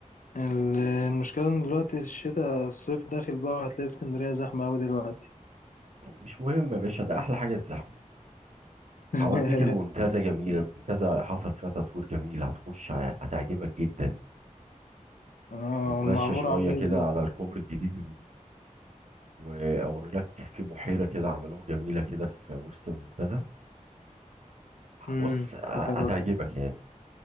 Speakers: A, on the left; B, on the right.
A: ال- المشكلة إن دلوقتي الشتاء الصيف داخل بقى وهتلاقي اسكندرية زحمة أوي دلوقتي
B: مش مهم يا باشا ده احلى حاجة الزحمة
A: <laughs>
B: هوديك المنتزه جميله المنتزه حصل فيها تطوير جميل هتخش ه- هتعجبك جدا
A: آه
B: نتمشى
A: والمعمورة
B: شويه
A: عاملة
B: كده
A: إيه دلوقتي؟
B: على الكوبري الجديد اللي جوه واوريلك في بحيره كده عملوها جميله كده في وسط المنتزه
A: مم.
B: بص ه-
A: بحيرة
B: هتعجبك
A: صن-
B: يعني